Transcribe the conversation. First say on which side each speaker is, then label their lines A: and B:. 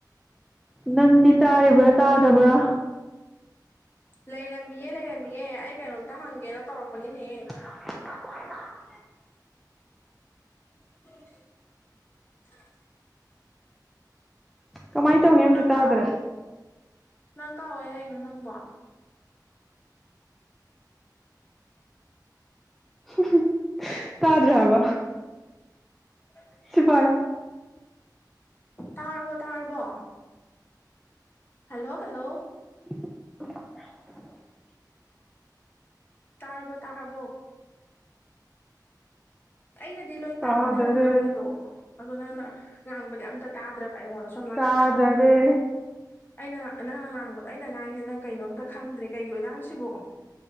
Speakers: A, in the centre; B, on the left.
A: ꯅꯪꯗꯤ ꯇꯥꯔꯤꯕ꯭ꯔꯥ ꯇꯥꯗꯕ꯭ꯔꯥ
B: ꯂꯩꯔꯝꯃꯤꯌꯦ ꯂꯩꯔꯝꯃꯤꯌꯦ ꯑꯩ ꯀꯩꯅꯣꯝꯇ ꯍꯪꯒꯦꯅ ꯇꯧꯔꯛꯄꯅꯤꯅꯦ
A: <unintelligible>
B: <unintelligible>
A: ꯀꯃꯥꯏꯅ ꯇꯧꯅꯤ ꯑꯝꯇ
B: ꯅꯪ
A: ꯇꯥꯗꯔꯦ
B: ꯀꯥ ꯅꯪ ꯀꯥꯋꯥꯏ ꯂꯩꯔꯤꯅꯣ ꯅꯪꯕꯣ
A: <unintelligible> ꯇꯥꯗ꯭ꯔꯦ ꯍꯥꯏꯕ
B: <inaudible>
A: ꯁꯤ ꯄꯥꯏꯌꯣ
B: ꯇꯥꯔꯔꯕꯣ ꯇꯥꯔꯕꯣ ꯍꯜꯂꯣ ꯍꯜꯂꯣ
A: <unintelligible>
B: ꯇꯥꯔꯕꯣ ꯇꯥꯔꯕꯣ ꯑꯩꯅꯗꯤ ꯂꯣꯏꯅ ꯇꯥꯕ
A: ꯇꯥꯗꯔꯦ
B: ꯅꯪꯅ ꯉꯥꯡꯉꯤꯗꯣ ꯑꯗꯣ ꯅꯪꯅ ꯉꯥꯡꯕꯗꯤ ꯑꯝꯇ ꯇꯥꯗ꯭ꯔꯕ ꯑꯩꯉꯣꯟꯗ ꯁꯣꯝ ꯅꯥꯀꯟꯗ
A: ꯇꯥꯗꯔꯦ
B: ꯑꯩꯅ ꯅꯪꯅ ꯉꯥꯡꯕꯗꯣ ꯑꯩꯅ ꯉꯥꯡꯉꯁꯦ ꯅꯪ ꯀꯩꯅꯣꯝꯇ ꯈꯪꯗ꯭ꯔꯦ ꯀꯩꯒꯤ ꯑꯣꯏꯖꯥꯠꯅꯣ ꯁꯤꯕꯣ <unintelligible> <inaudible>